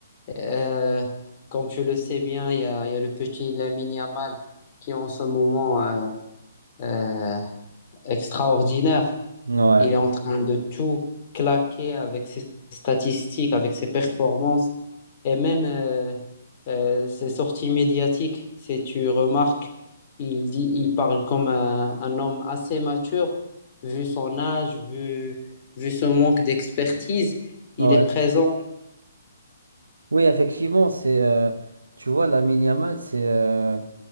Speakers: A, on the left; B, on the right.
A: Euh, comme tu le sais bien, il y a, il y a le petit Lamine Yamal qui est en ce moment euh, euh, extraordinaire.
B: ouais,
A: Il est en train de tout claquer avec ses statistiques, avec ses performances et même euh, euh, ses sorties médiatiques. Si tu remarques, il dit, il parle comme un, un homme assez mature, vu son âge, vu, vu ce manque d'expertise. Il
B: ouais.
A: est présent.
B: Oui, effectivement, c'est, euh, tu vois, Lamine Yamal, c'est, euh,